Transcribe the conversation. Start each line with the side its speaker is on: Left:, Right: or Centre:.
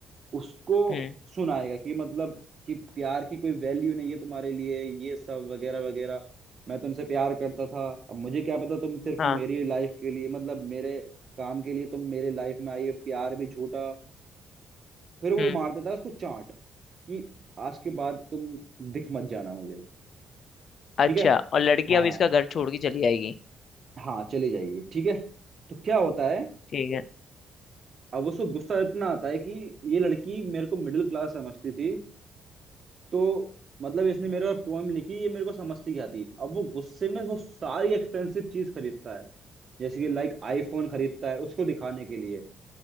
Right: उसको
Left: हम्म
Right: सुनाएगा कि मतलब कि प्यार की कोई वैल्यू नहीं है तुम्हारे लिए ये सब वगैरह वगैरह मैं तुमसे प्यार करता था अब मुझे क्या पता तुम सिर्फ
Left: हाँ
Right: मेरी लाइफ के लिए मतलब मेरे काम के लिए तुम मेरे लाइफ में आई हो, प्यार भी झूठा फिर वो
Left: हम्म
Right: मार देता है उसको चांट कि आज के बाद तुम दिख मत जाना मुझे
Left: अच्छा
Right: ठीक है
Left: और लड़की
Right: हाँ
Left: अब इसका घर छोड़ के चली जाएगी
Right: हाँ चली जाएगी ठीक है तो क्या होता है
Left: ठीक है
Right: अब उसको गुस्सा इतना आता है कि ये लड़की मेरे को मिडिल क्लास समझती थी तो मतलब इसने मेरे पर पोएम लिखी ये मेरे को समझती क्या थी अब वो गुस्से में वो सारी एक्सपेंसिव चीज खरीदता है जैसे कि लाइक आईफोन खरीदता है उसको दिखाने के लिए